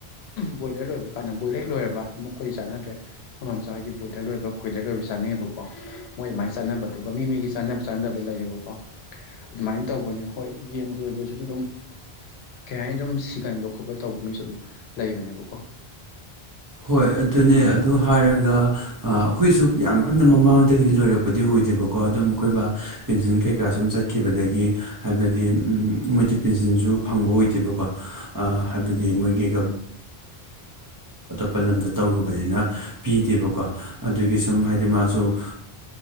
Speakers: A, on the left; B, on the right.
A: ꯕꯣꯏꯂꯔ ꯂꯣꯏꯕ ꯀꯥꯟꯗ ꯕꯣꯏꯂꯔ ꯍꯦꯛ ꯂꯣꯏꯔꯕ ꯑꯩꯈꯣꯏꯗꯤ ꯑꯗꯨꯝ ꯆꯥꯟꯅꯗ꯭ꯔꯦ ꯃꯥꯃꯝ ꯆꯥ ꯍꯣꯢꯒꯤ ꯕꯣꯢꯂꯔ ꯂꯣꯏꯕ ꯀꯨꯏꯂꯔ ꯂꯣꯏꯕ ꯆꯥꯅꯑꯦꯕꯀꯣ ꯃꯣꯏ ꯑꯗꯨꯃꯥꯏꯅ ꯆꯥꯟꯅꯕ ꯑꯗꯨꯒ ꯃꯤ ꯃꯤꯒꯤ ꯆꯥꯟꯅꯕ ꯆꯥꯟꯅꯕ ꯂꯩꯌꯦꯕꯀꯣ ꯑꯗꯨꯃꯥꯏꯅ ꯇꯧꯕꯅꯦ ꯍꯣꯏ ꯌꯦꯟ ꯂꯣꯏꯕꯁꯤꯁꯨ ꯑꯗꯨꯝ ꯀꯩ ꯍꯥꯏꯅ ꯑꯗꯨꯝ ꯁꯤꯒꯟꯕ ꯈꯣꯠꯄ ꯇꯧꯕ ꯃꯤꯁꯨ ꯑꯗꯨꯝ ꯂꯩꯕꯅꯦꯕꯀꯣ
B: ꯍꯣꯏ ꯑꯗꯨꯅꯦ ꯑꯗꯨ ꯍꯥꯏꯔꯒ ꯑꯩꯈꯣꯏꯁꯨ ꯌꯥꯝ ꯀꯟꯅ ꯃꯃꯥꯡꯗꯒꯤꯗꯤ ꯂꯣꯏꯔꯛꯄꯗꯤ ꯑꯣꯏꯗꯦꯕꯀꯣ ꯀꯣ ꯑꯗꯨꯝ ꯑꯈꯣꯏ ꯕꯥ ꯄꯦꯟꯁꯤꯟ ꯀꯩꯀꯥ ꯁꯨꯝ ꯆꯠꯈꯤꯕꯗꯒꯤ ꯍꯥꯏꯕꯗꯤ ꯃꯣꯏꯗꯤ ꯄꯦꯟꯁꯤꯟꯁꯨ ꯑ ꯐꯪꯕ ꯑꯣꯏꯗꯦꯕꯀꯣ ꯍꯥꯏꯕꯗꯤ ꯃꯣꯏꯒꯤ ꯂꯝꯗ ꯇꯧꯔꯨꯕꯅꯤꯅ ꯄꯤꯗꯦꯕꯀꯣ ꯑꯗꯨꯒꯤ ꯁꯨꯝ ꯍꯥꯏꯗꯤ ꯃꯥꯁꯨ